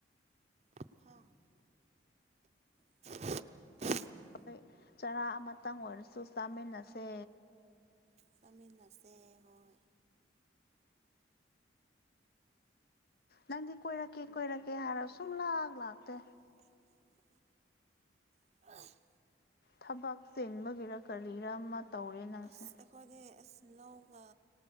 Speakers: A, on the right; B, on the left.
A: <inaudible> <unintelligible>
B: ꯑꯩꯈꯣꯏ ꯆꯔꯥ ꯑꯃꯇꯪ ꯑꯣꯏꯔꯁꯨ ꯆꯥꯃꯤꯟꯅꯁꯦ
A: ꯆꯠꯃꯤꯟꯅꯁꯦ ꯍꯣꯏ
B: ꯅꯪꯗꯤ ꯀꯣꯏꯔꯛꯀꯦ ꯀꯣꯏꯔꯛꯀꯦ ꯍꯥꯏꯔꯒ ꯁꯨꯡ ꯂꯥꯛ ꯂꯥꯛꯇꯦ
A: <inaudible> <inaudible>
B: ꯊꯕꯛ ꯆꯦꯟꯕꯒꯤꯔ ꯀꯔꯤꯔꯥ ꯑꯃ ꯇꯧꯔꯦ ꯅꯪꯁꯦ
A: ꯑꯁ ꯑꯈꯣꯏꯗꯤ ꯑꯁ ꯂꯧꯒ